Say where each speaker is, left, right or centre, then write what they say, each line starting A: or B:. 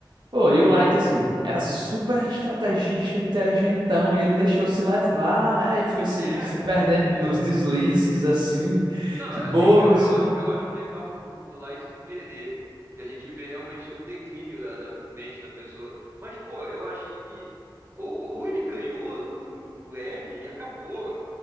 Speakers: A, on the right; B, on the right.
A: Pô, e o Light, assim, era super estrategista, inteligentão, e ele deixou se levar, né? E foi se,
B: É,
A: se perdendo
B: se perdeu.
A: nos deslizes, assim,
B: Não,
A: que
B: é
A: bobos.
B: assim, eu, eu acho, eu acho legal o, o Light se perder, que a gente vê realmente o declínio da, da mente da pessoa. Mas, pô, eu achei que ou, ou ele ganhou do, do, do L e acabou,